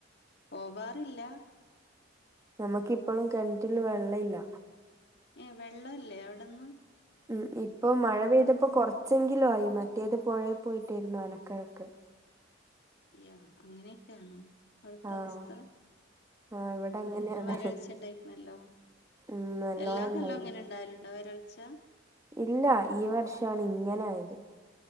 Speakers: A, on the left; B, on the right.
A: പോവാറില്ല
B: നമുക്കിപ്പൊളും കിണറ്റില് വെള്ളയില്ല
A: ഏ വെള്ളവില്ലേ അവിടൊന്നും
B: ഉം ഇപ്പൊ മഴ പെയ്തപ്പോ കൊറച്ചെങ്കിലും ആയി മറ്റേത് പൊഴയെ പോയിട്ടായിരുന്നു അലക്കലൊക്കെ
A: യാ അങ്ങനൊക്കെയാണോ അവിടത്തവസ്ഥ
B: ആഹ് ആഹ്
A: ആഹാ
B: ഇവിടെ അങ്ങനെയാണ്
A: നല്ലം വരൾച്ച ണ്ടായിരിക്കണല്ലോ
B: ഉം നല്ലോണം
A: എല്ലാ കൊല്ലം
B: ഇണ്ടായിന്
A: ങ്ങനെണ്ടാവല് ണ്ടൊ വരൾച്ച?
B: ഇല്ല ഈ വർഷാണ് ഇങ്ങനെ ആയത്